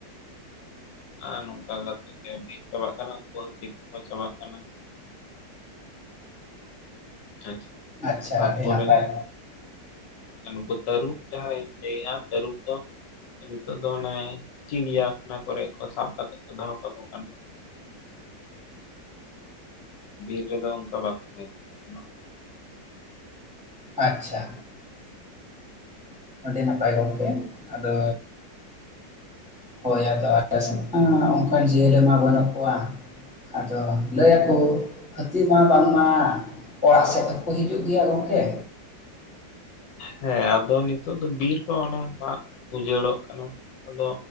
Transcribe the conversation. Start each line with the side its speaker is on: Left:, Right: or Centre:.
Left: ᱟᱨ ᱱᱚᱝᱠᱟ ᱠᱟᱛᱮ ᱜᱮ ᱵᱤᱨ ᱪᱟᱵᱟᱜ ᱠᱟᱱᱟ ᱩᱱᱠᱩ ᱦᱟᱹᱛᱤ ᱠᱚᱠᱚ ᱪᱟᱵᱟᱜ ᱠᱟᱱᱟ᱾ ᱟᱪᱷ
Centre: ᱟᱪᱪᱷᱟ
Left: ᱛᱟᱨᱯᱚᱨᱮ
Centre: ᱟᱹᱰᱤ ᱱᱟᱯᱟᱭ
Left: ᱟ ᱱᱩᱠᱩ ᱛᱟᱹᱨᱩᱯ ᱡᱟᱦᱟᱸᱭ ᱞᱟᱹᱭᱮᱜᱼᱟ ᱛᱟᱹᱨᱩᱯ ᱛᱚ ᱱᱤᱛᱚᱜ ᱫᱚ ᱚᱱᱮ ᱪᱤᱜ ᱤᱧ ᱞᱟᱭᱟ ᱚᱱᱟ ᱠᱚᱨᱮᱜ ᱠᱚ ᱥᱟᱵ ᱠᱟᱛᱮᱜ ᱠᱚ ᱫᱚᱦᱚ ᱠᱟᱠᱚ ᱠᱟᱱᱟ᱾ ᱵᱤᱨ ᱨᱮᱫᱚ ᱚᱱᱠᱟ ᱵᱟᱠᱚ ᱛᱟᱦᱮᱸ ᱱᱟ᱾
Centre: ᱟᱪᱪᱷᱟ ᱟᱹᱰᱤ ᱱᱟᱯᱟᱭ ᱜᱚᱝᱠᱮ ᱟᱫᱚ ᱦᱳᱭ ᱟᱫᱚ ᱟᱞᱮ ᱥᱮᱫ ᱢᱟ ᱚᱝᱠᱟᱱ ᱡᱤᱭᱟᱹᱞᱤ ᱢᱟ ᱵᱟᱹᱱᱩᱜ ᱠᱚᱣᱟ᱾ ᱟᱫᱚ ᱞᱟᱹᱭᱟᱠᱚ ᱦᱟᱹᱛᱤ ᱢᱟ ᱵᱟᱝᱢᱟ ᱚᱲᱟᱜ ᱥᱮᱫ ᱦᱚᱸᱠᱚ ᱦᱤᱡᱩᱜ ᱜᱮᱭᱟ ᱜᱚᱝᱠᱮ?
Left: ᱦᱮᱸ ᱟᱫᱚ ᱱᱤᱛᱚᱜ ᱫᱚ ᱵᱤᱨ ᱠᱚ ᱚᱱᱮ ᱢᱟᱜ ᱩᱡᱟᱹᱲᱚᱜ ᱠᱟᱱᱟ, ᱟᱫᱚ